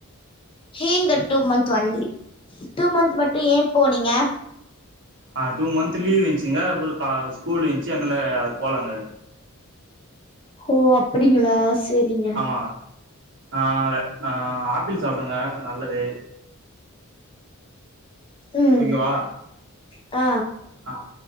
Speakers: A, on the left; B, on the right.
A: ஏங்க டூ மந்த் வந்தி டூ மந்த் மட்டு ஏ போனீங்க
B: ஆ டூ மந்த் லீவ் இந்ச்சிங்க அப்புற கா ஸ்கூல் இந்ச்சி அனால போலாங்க
A: ஹோ அப்டிங்களா செரிங்
B: ஆ ஆ ஆ ஆப்பிள் சாப்டுங்க நல்லது
A: ம்
B: ஓகேவா
A: ஆ
B: ஆ